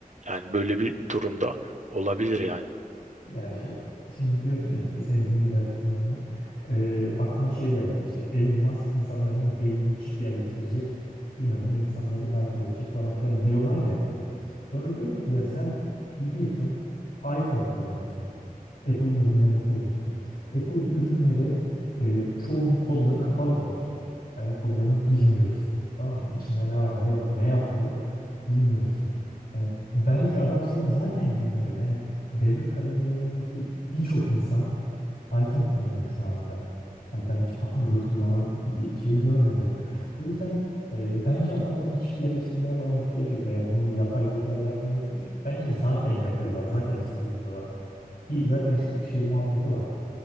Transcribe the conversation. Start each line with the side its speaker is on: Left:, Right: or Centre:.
Right: Yani böyle bir durumda olabilir yani.
Left: Ya işte, şimdi diyorsun ya işte seni dinliyor belki bilmem ne. Ee, aklıma şey geldi. İşte Elon Musk insanların beynine çip yerleştirecek. Bilmem ne insanları takip edecek falan filan diyorlar ya. Sonra diyorum ki ya sen gidiyorsun iPhone kullanıyorsun. Apple'ın ürünlerini kullanıyorsun. Apple'ın ürünleri e, çoğunun kodları kapalı kod. Kaynak kodlarını bilmiyorsun. Tamam mı? İçinde ne var ne yok ne yapıyor bilmiyorsun. Yani belki adam seni zaten dinliyor. Yani devlet kademelerindeki birçok insan iPhone kullanıyor şu anda. Yani ben hiç Android kullanan bir şey görmedim. O yüzden e, bence adamların çip yerleştirmeye falan ihtiyacı yok veya bunu yapay zeka ile yapmaya ihtiyacı yok. Bence zaten yapıyorlar. Zaten bizi dinliyorlar. Ki zaten şu şey muhabbeti var.